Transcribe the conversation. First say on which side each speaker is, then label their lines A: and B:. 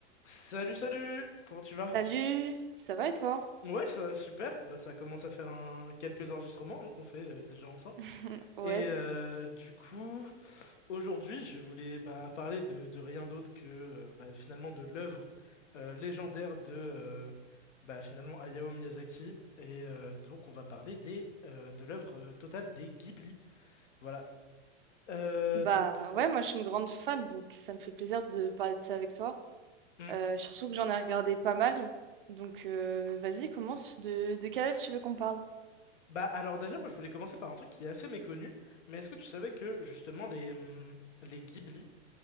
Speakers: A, on the left; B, on the right.
A: Salut, salut! Comment tu vas?
B: Salut, ça va et toi?
A: Ouais, ça va super. Bah, ça commence à faire un... quelques enregistrements hein, qu'on fait euh, déjà ensemble.
B: <laughs> Ouais,
A: Et euh, du coup, aujourd'hui, je voulais bah, parler de, de rien d'autre que euh, bah, finalement de l'œuvre euh, légendaire de euh, bah, finalement Hayao Miyazaki. Et euh, donc, on va parler des, euh, de l'œuvre euh, totale des Ghibli. Voilà. Euh,
B: bah
A: donc, euh,
B: ouais, moi je suis une grande fan, donc ça me fait plaisir de parler de ça avec toi.
A: hmm.
B: Euh, surtout que j'en ai regardé pas mal, donc euh, vas-y, commence. De, de quel rêve tu veux qu'on parle?
A: bah, alors déjà, moi, je voulais commencer par un truc qui est assez méconnu. Mais est-ce que tu savais que justement les, hum, les Ghibli